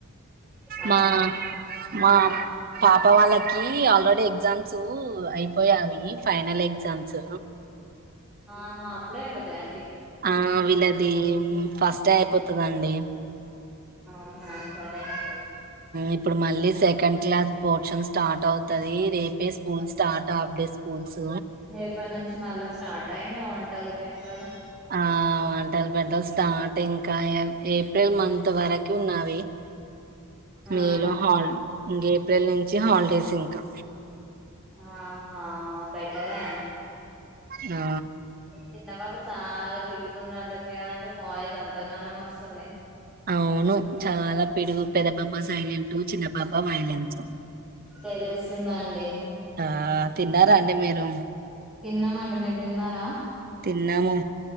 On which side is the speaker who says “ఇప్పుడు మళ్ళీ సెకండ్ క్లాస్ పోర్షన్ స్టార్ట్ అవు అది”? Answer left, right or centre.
Right